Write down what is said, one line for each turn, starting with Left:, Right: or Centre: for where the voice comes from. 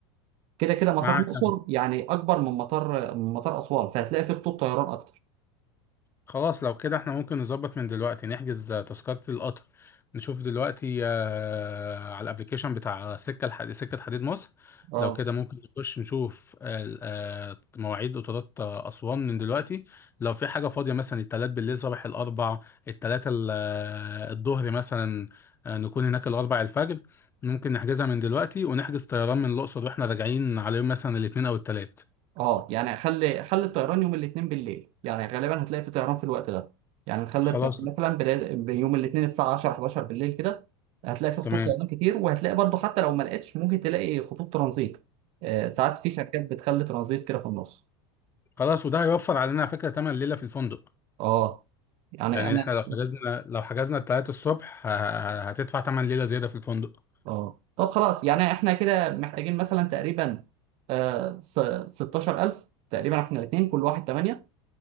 Right: كده كده مطار
Left: معاك
Right: الأقصر يعني أكبر من مطار من مطار أسوان فهتلاقي فيه خطوط طيران أكتر
Left: خلاص لو كده احنا ممكن نظبط من دلوقتي نحجز تذكرة القطر نشوف دلوقتي آه، على الابليكيشن بتاع سكة الحديد سكة حديد مصر
Right: أه
Left: لو كده ممكن نخش نشوف آه، آه، مواعيد قطارات آه، أسوان من دلوقتي لو في حاجة فاضية مثلا التلات بالليل صباح الأربع التلاتة ال- آه، الظهر مثلا آه، نكون هناك الأربع الفجر ممكن نحجزها من دلوقتي ونحجز طيران من الأقصر واحنا راجعين على يوم مثلا الاتنين أو التلات
Right: أه يعني خلي خلي الطيران يوم الاثنين بالليل يعني غالبا هتلاقي في طيران في الوقت ده يعني نخلي
Left: خلاص
Right: الطيران مثلا بداية يوم الاثنين الساعة 10 11 بالليل كده هتلاقي فيه خطوط
Left: تمام
Right: طيران كتير وهتلاقي برضه حتى لو ما لقيتش ممكن تلاقي خطوط ترانزيت آه ساعات في شركات بتخلي ترانزيت كده في النص
Left: خلاص وده هيوفر علينا على فكرة تمن ليلة في الفندق
Right: أه يعني
Left: يعني
Right: أنا
Left: احنا لو حجزنا لو حجزنا التلاتة الصبح ه- ه- هتدفع تمن ليلة زيادة في الفندق
Right: اه طب خلاص يعني احنا كده محتاجين مثلا تقريبا آه س- 16000 تقريبا احنا الاثنين كل واحد 8